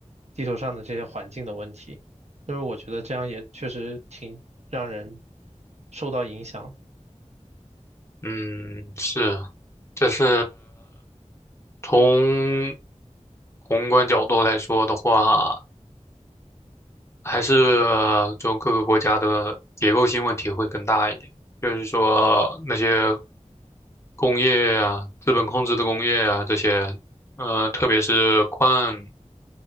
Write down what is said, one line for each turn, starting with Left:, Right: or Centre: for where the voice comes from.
Right: 地球上的这些环境的问题。就是我觉得这样也确实挺让人受到影响。
Left: 嗯，是，这是从宏观角度来说的话。还是呃就各个国家的结构性问题会更大一点，就是说那些工业啊、资本控制的工业啊这些，呃，特别是矿，